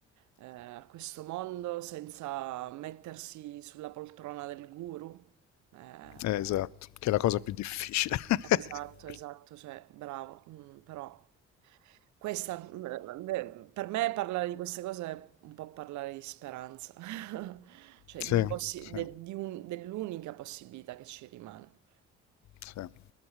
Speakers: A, on the right (about 70°); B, on the left (about 65°).
A: eh, a questo mondo senza mettersi sulla poltrona del guru. Eh,
B: eh, esatto, che è la cosa più difficile. <laughs>
A: Esatto, esatto, cioè bravo, mm, però questa, mm, eh, beh, per me parlare di queste cose è un po' parlare di speranza, <laughs> cioè
B: Sì,
A: di possi-
B: sì,
A: de- di un- dell'unica possibilità che ci rimane.
B: sì.